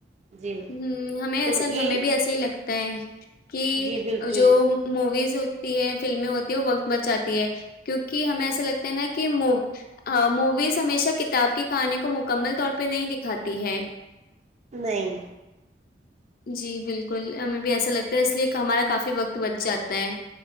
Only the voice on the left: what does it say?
ہمم ہمیں
اصل
ہمیں بھی ایسا ہی لگتا ہے ج <unintelligible> کہ
جو مویز ہو تی فلمیں ہوتی ہے وہ وقت بچاتی ہے کیونکہ ہمیں ایسا لگتا ہے نا کہ م میز ہمیشہ کتاب کی کہانی کو مکمل طور پہ نہیں دکھاتی ہے
جی بالکل ہمیں بھی ایسا لگتا ہے اس لیے کہ ہمارا کافی وقت بچ جاتا ہے